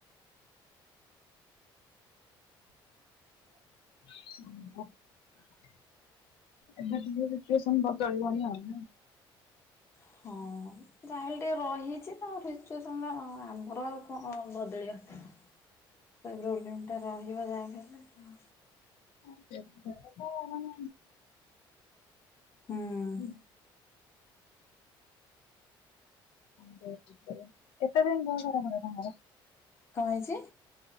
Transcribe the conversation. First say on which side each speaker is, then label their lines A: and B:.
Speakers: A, on the left; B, on the left.
A: <inaudible> ଏବେ ତ ଇମ୍ପ୍ରେଶନ ବଦଳିବନି ଆଉ।
B: ହଁ ଯାହେଲେ ଟିକେ ରହିଛି ତା ଫ୍ୟୁଚର୍ ଆମର ଆଉ କଣ ବଦଳିବ ସେଇ ପ୍ରୋବେଲମ ଟା ରହିବ ଯାହାବି ହେଲେ ।
A: ଆ ସେ ତ ମାନେ
B: ହୁଁ
A: <inaudible> <unintelligible> ଏତେ ଦିନ ଦେହ ଖରାପ ହେଲା ତାଙ୍କର।
B: କଁ ହେଇଛି?